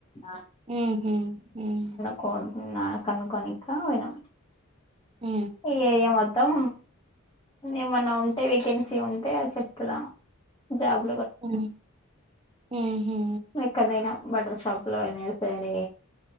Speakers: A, on the left (about 20°); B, on the right (about 25°).
A: ఆ
B: ఉహు ఉమ్
A: కనుకో కనుక్కోనిక్క పోనాం
B: అ
A: ఈ ఏరియా మొత్తం ఏమన్నా ఉంటే వేకెన్సీ ఉంటే చెప్తదా జాబ్
B: ఉ ఉహు
A: ఎక్కనైనా బటర్ షాప్లో అయినా సరే